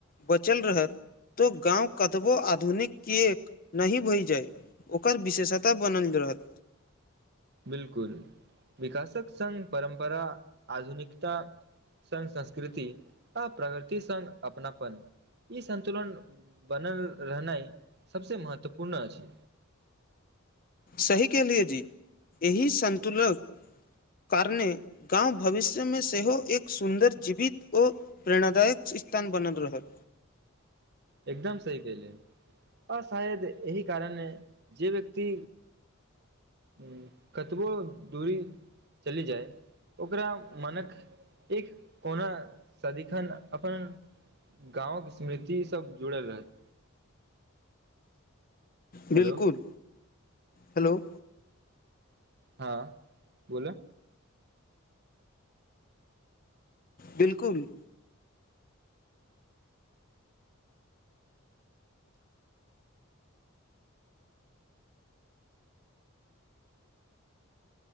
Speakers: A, on the left; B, on the right.
A: बचल रहत तो गाँव कतबों आधुनिक किए नहि भई जाय ओकर विशेषता वर्णनल रहत
B: बिल्कुल विकासक संघ परम्परा आधुनिकता सगं संस्कृति आ प्रगृति सगं अपनापन ई सन्तुलन बनल रहनाइ सभसे महत्वपूर्ण अछि
A: सही कहलिए जी एहि संतुलक कारणे गाँंव भविष्य में सेहो एक सुन्दर जीवित व प्रेरणादायक छै कि स्थान बनल रहत
B: एकदम सही कइल ओ शायद एहि कारण ह जे व्यक्ति ह कतबो दूरी चलि जाय ओकरा मनक एक कोना सदिखन अपन गाँवके स्मृति सभ जुड़ल रहत
A: बिलकुल
B: हेलो
A: हेलो
B: हँ बोल
A: बिलकुल